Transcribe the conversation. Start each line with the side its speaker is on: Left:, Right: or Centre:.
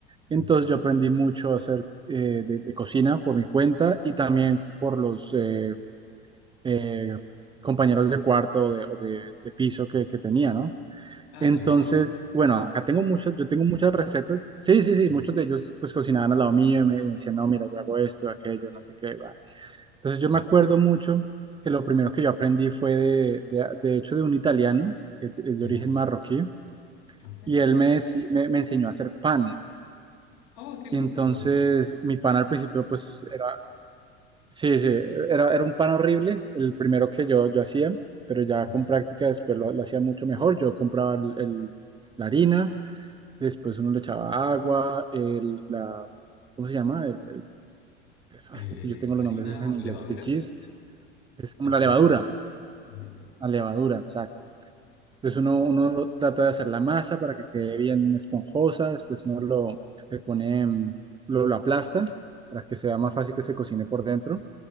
Right: Entonces
Left: Entiendo.
Right: yo aprendí mucho a hacer eh, de, de cocina por mi cuenta y también por los eh, eh, compañeros de cuarto o de, o de- de piso que, que tenía, ¿no?
Left: Ah,
Right: Entonces,
Left: te ayudaban.
Right: bueno, acá tengo muchas, yo tengo muchas recetas. Sí, sí, sí,
Left: Ujú,
Right: muchos de ellos pues cocinaban al lado mío y me, me decían, no, mira, yo hago esto, aquello, no sé qué. va". Entonces yo me acuerdo mucho que lo primero que yo aprendí fue de, de, de hecho de un italiano, que
Left: Ya,
Right: es de origen marroquí,
Left: ok.
Right: y él me, deci- me, me enseñó a hacer pan.
Left: Oh, qué lindo.
Right: Y entonces mi pan al principio pues era, sí, sí, era, era un pan horrible, el primero que yo, yo hacía, pero ya
Left: Ujú.
Right: con práctica después lo, lo hacía mucho mejor. Yo compraba el, el- la harina. Después uno le echaba agua, el, la, ¿cómo se llama? El- <laughs>
Left: Eh,
Right: es que yo tengo
Left: harina,
Right: los nombres
Left: agua,
Right: en inglés,
Left: levadura,
Right: the gist, es como
Left: levadura.
Right: la levadura,
Left: Ujú,
Right: la levadura, exacto. Entonces uno, uno lo- trata de hacer la masa para que quede bien esponjosa, después uno lo, le pone, mm, lo, lo aplasta para que sea
Left: ok,
Right: más fácil que se cocine por dentro